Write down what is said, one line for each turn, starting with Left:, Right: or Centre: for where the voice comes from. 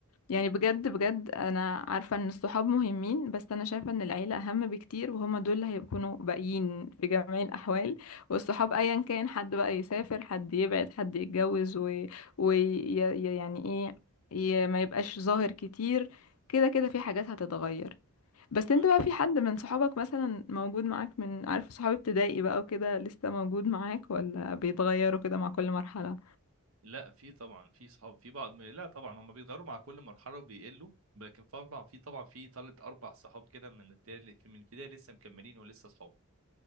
Left: يعني بجد بجد انا عارفة ان الصحاب مهمين بس انا شايفة ان العيلة اهم بكتير وهما دول اللي هيكونوا باقيين في جميع الاحوال والصحاب ايا كان حد بقى يسافر حد يبعد حد يتجوز و... و... يعني ايه ي... ما يبقاش ظاهر كتير كده كده في حاجات هتتغير بس
Right: ما
Left: انت بقى في حد من صحابك مثلا موجود معاك من عارف صحاب ابتدائي بقى وكده لسه موجود معاك ولا بيتغيروا كده مع كل مرحلة
Right: لا في طبعا في صحاب في بعض لا طبعا هم بيتغيروا مع كل مرحله وبيقلوا لكن في طبعا في طبعا في ثلاث اربع صحاب كده من التالت من البدايه لسه مكملين ولسه صحاب